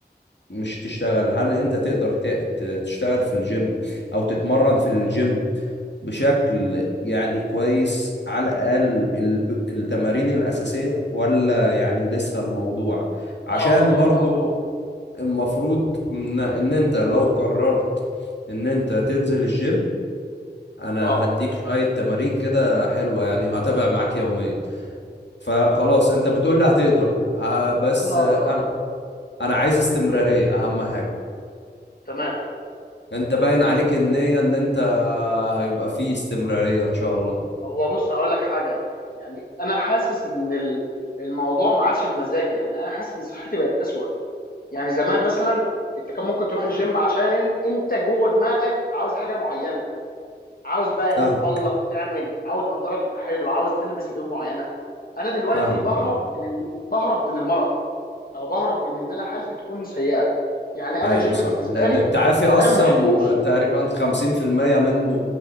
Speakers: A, on the left; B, on the left.
A: مش تشتغل هل انت تقدر ت- ت- تشتغل في الجيم او تتمرن في الجيم بشكل يعني كويس على الاقل الب- التمارين الاساسية ولا يعني لسه الموضوع عشان
B: اه اظن
A: برضو
B: اقدر
A: المفروض ان ان انت لو قررت ان انت تنزل الجيم انا
B: اه
A: هديك شوية تمارين كده حلوة يعني هتابع معاك يوميا فخلاص انت بتقول لي هتقدر ه- بس
B: اظن
A: انا
B: اقدر اه
A: انا عايز استمرارية اهم حاجة
B: تمام
A: انت باين عليك النية ان انت هيبقى فيه استمرارية ان شاء الله
B: هو بص هقول لك حاجه يعني انا حاسس ان ال- الموضوع ما عادش بمزاجي يعني انا حاسس ان صحتي بقت اسوأ يعني زمان مثلا انت كان ممكن تروح الجيم عشان إن- انت جوه دماغك عاوز حاجه معينه عاوز بقى
A: فاهم
B: ايه تبلق تعمل عاوز منظرك يبقى حلو عاوز تلبس هدوم معينه انا دلوقتي
A: فاهمك
B: بهرب
A: اه
B: من إن... بهرب من المرض او بهرب من ان انا حالتي تكون سيئه يعني
A: ايوه
B: انا الجيم
A: صح
B: بالنسبه
A: لان
B: لي
A: التعافي اصلا
B: انا ما بحبوش
A: تقريبا 50% منه